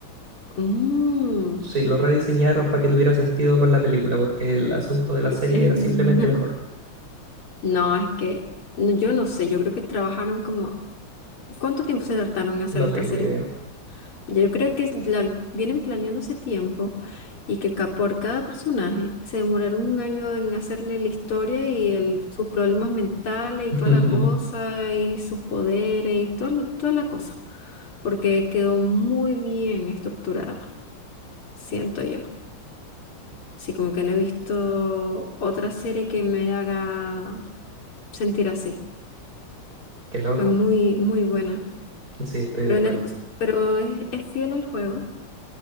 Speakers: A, on the left; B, on the right.
A: Mm.
B: Sí, lo rediseñaron para que tuviera sentido con la película, porque el asunto de la
A: <laughs>
B: serie era simplemente mejor.
A: No, es que no, yo no sé, yo creo que trabajaron como ¿Cuánto tiempo se tardaron en hacer
B: No
A: esta
B: tengo
A: serie?
B: idea.
A: Yo creo que la vienen planeando hace tiempo y que ca- por cada personaje se demoraron un año en hacerle la historia y el- sus problemas mentales y
B: <laughs>
A: toda la cosa y sus poderes y toda, la- toda la cosa. Porque quedó muy bien estructurada, siento yo. Así como que no he visto otra serie que me haga sentir así.
B: Qué loco.
A: Fue muy, muy buena.
B: Sí, estoy
A: Pero,
B: de acuerdo.
A: en el, pero es es fiel al juego.